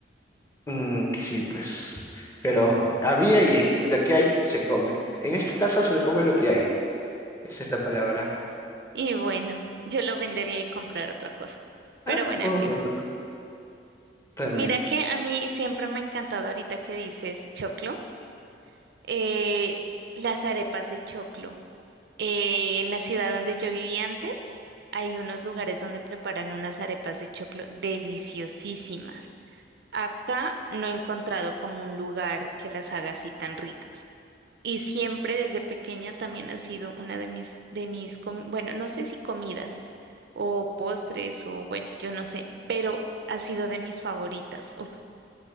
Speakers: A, on the left; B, on the right.
A: Mm, sí, pues. Pero había y hay. Lo que hay se come. En esta casa se come lo que hay. Esa es la palabra.
B: Y bueno, yo lo vendería y comprar otra cosa.
A: Ah,
B: Pero bueno,
A: buen
B: en fin.
A: punto, también.
B: Mira que a mí siempre me ha encantado ahorita que dices choclo, eh, las arepas de choclo. Eh, en la ciudad donde yo viví antes, hay unos lugares donde preparan unas arepas de choclo deliciosísimas. Acá no he encontrado como un lugar que las haga así tan ricas. Y siempre desde pequeña también ha sido una de mis, de mis, com- bueno, no sé si comidas o postres o bueno, yo no sé, pero ha sido de mis favoritas. Uf,